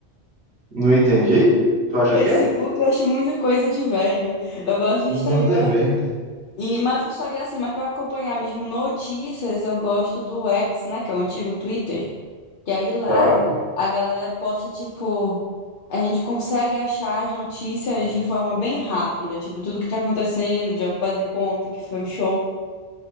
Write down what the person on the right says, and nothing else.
Não entendi? Tu acha
o quê?
Nada
a ver.
Ah,